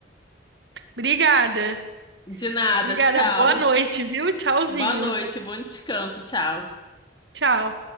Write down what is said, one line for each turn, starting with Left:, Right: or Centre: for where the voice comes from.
Right: Obrigada,
Left: De nada,
Right: obrigada,
Left: tchau.
Right: boa noite, viu? Tchauzinho,
Left: Boa noite, bom descanso, tchau.
Right: tchau.